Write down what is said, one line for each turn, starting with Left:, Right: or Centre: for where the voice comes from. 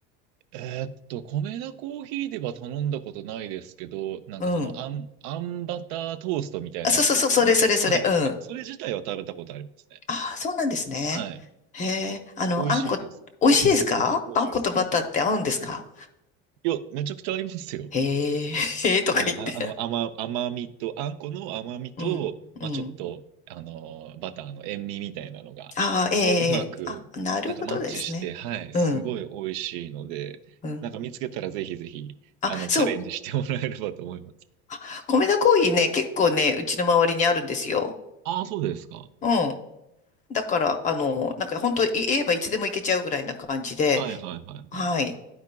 Right: えーっと、米田コーヒーでは頼んだことないですけど、なんかその、
Left: うん。
Right: あん、あんバタートーストみたいなやつですよね。
Left: あ、そうそうそう、それそれそれ、
Right: はいはいはい。
Left: うん。
Right: それ自体は食べたことありますね。
Left: ああ、そうなんですね。
Right: はい。
Left: へえ、あの、
Right: 美味しいです。
Left: あんこ、美味しいですかあんことバターって合うんですか
Right: はい。美味しいです。いや、めちゃくちゃありますよ。
Left: へえ、<laughs> へえとか言って。
Right: はい、あ、あの、甘、甘みと、あんこの甘みと、
Left: うん、
Right: まあ、
Left: うん。
Right: ちょっと、あの、バターの塩味みたいなのが、
Left: ああ、ええ、
Right: こう、
Left: ええあ、
Right: うまく、
Left: なるほどですね。
Right: なんかマッチして、はい、
Left: うん、
Right: すごい美味しいので、
Left: うん。
Right: なんか見つけたらぜひぜひ、
Left: あ、
Right: あの、
Left: そう。
Right: チャレンジしてもらえればと思います。
Left: あ、米田コーヒーね、結構ね、うちの周りにあるんですよ。
Right: ああ、そうですか。
Left: うん。だから、あの、なんか本当言えばいつでも行けちゃうぐらいな感じで、
Right: はいはいはいはい。
Left: はい。